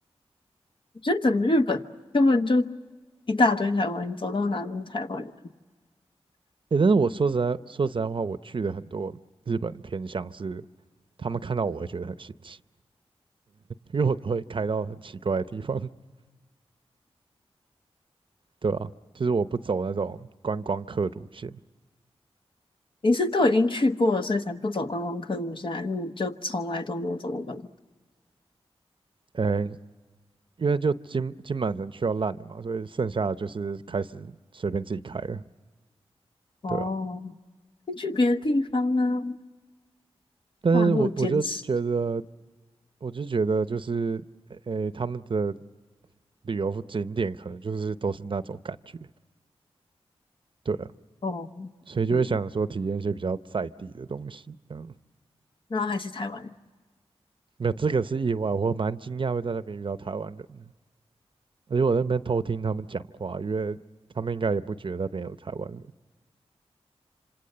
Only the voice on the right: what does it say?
诶，但是我说实在说实在话，我去的很多日本的偏向是他们看到我会觉得很新奇。因为我都会开到很奇怪的地方，<laughs> 对啊，就是我不走那种观光客路线，
呃，因为就金金满城去到烂了嘛，所以剩下的就是开始随便自己开了，
对啊，
但是我我就觉得，
我就觉得就是，诶，他们的旅游景点可能就是都是那种感觉，对啊，
所以就会想说体验一些比较在地的东西，
嗯，
没有，这个是意外，我蛮惊讶会在那边遇到台湾人的，而且我在那边偷听他们讲话，因为他们应该也不觉得那边有台湾人。